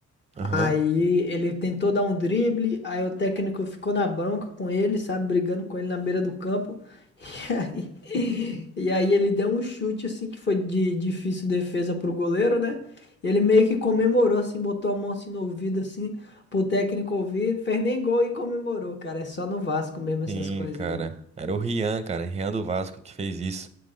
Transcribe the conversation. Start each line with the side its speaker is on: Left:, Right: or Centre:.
Right: Aham.
Left: Aí ele tentou dar um drible, aí o técnico ficou na bronca com ele, sabe, brigando com ele na beira do campo. <laughs> E aí, e aí ele deu um chute assim que foi de difícil defesa pro goleiro, né? E ele meio que comemorou assim, botou a mão assim no ouvido assim, pro técnico ouvir, fez nem gol e comemorou, cara. É só no Vasco mesmo essas
Right: Sim,
Left: coisas,
Right: cara.
Left: né?
Right: Era o Rian, cara, Rian do Vasco que fez isso.